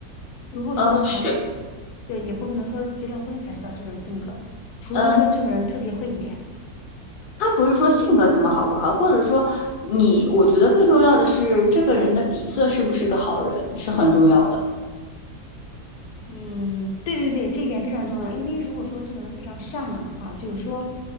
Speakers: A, on the left; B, on the left.
A: 如果说谈的，
B: 嗯是，
A: 对，也不可能说结了婚才知道这个人性格，除非说这个人特别会演，
B: 嗯，他不是说性格怎么好不好，或者说你，我觉得更重要的是这个人的底色是不是个好人是很重要的。
A: 嗯，对对对，这一点非常重要。因为如果说这个人非常善良的话，就是说，